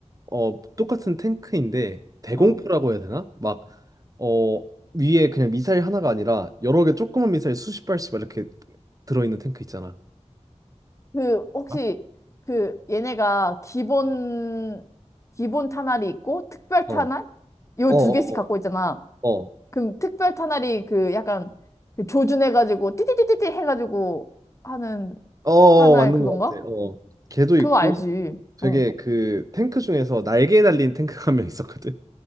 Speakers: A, on the right; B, on the left.
A: 어 똑같은 탱크인데 대공포라고
B: 어.
A: 해야 되나? 막 어 위에 그냥 미사일 하나가 아니라 여러 개 조그만 미사일 수십 발씩 막 이렇게 들어있는 탱크 있잖아.
B: 그 혹시
A: 어?
B: 그 얘네가 기본 기본 탄알이 있고 특별 탄알
A: 어, 어,
B: 요 두
A: 어,
B: 개씩 갖고 있잖아.
A: 어, 어,
B: 그럼 특별 탄알이 그 약간 그 조준해가지고 띠띠띠띠띠 해가지고 하는
A: 어, 어,
B: 탄알
A: 맞는
B: 그건가?
A: 것 같아. 어, 걔도
B: 그거
A: 있고
B: 알지?
A: 되게
B: 어.
A: 그 탱크 중에서 날개 달린 탱크가 한 명 있었거든.